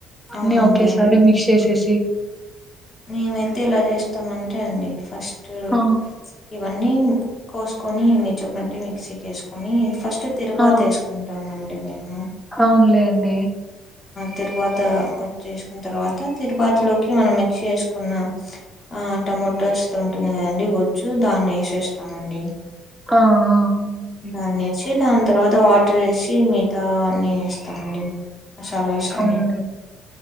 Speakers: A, in the centre; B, on the left (about 30°).
A: అన్ని
B: అవునండి
A: ఓకే సారి మిక్స్ చేసేసి
B: మేమై అయితే ఎలా చేస్తామ అంటే అండి ఫస్ట్
A: ఆ!
B: ఇవన్నీ కోసుకొని మీరు చెప్పినట్టు మిక్సీకి వేసుకొని ఫస్ట్ తిరువాత్
A: ఆ!
B: ఏసుకుంటామండి మేము
A: అవునులేండి
B: తిరువాత వచేసుకున్న తర్వాత తిరువాతిలోకి మనం మిక్స్ చేసుకున్న ఆ టమోటోస్ ఉంటుంది కదండి గుజ్జు దాన్ని ఏసేస్తామండి
A: ఆ అవునండి.
B: దాన్ని ఇచ్చి దాని తర్వాత వాటర్ ఏసి మిగతా అన్ని ఏస్తామండి సల సరే
A: అవునులేండి.